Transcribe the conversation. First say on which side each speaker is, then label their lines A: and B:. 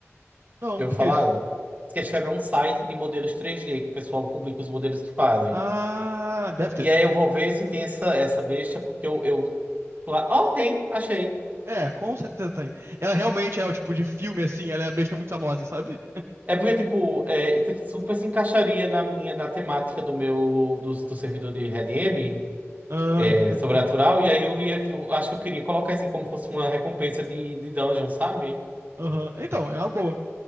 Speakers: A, on the right; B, on the right.
A: Não,
B: Já
A: o
B: ouviu
A: que que
B: falar?
A: é isso?
B: Sketchfab é um site de modelos três d que o pessoal publica os modelos que fazem.
A: Ah, deve ter.
B: E aí eu vou ver se tem essa, essa besta, porque eu, eu... pla- Oh, tem! Achei!
A: É, com certeza tem. Ela realmente é o tipo de filme, assim, ela é a besta muito famosa, sabe?
B: É porque, tipo, é, isso aqui super se encaixaria na minha, na temática do meu, do, do servidor de RedM,
A: Ah,
B: é,
A: <laughs>
B: sobrenatural, e aí eu ia, eu acho que eu queria colocar isso aqui como fosse uma recompensa de, de dungeon, sabe?
A: aham. Então, é uma boa.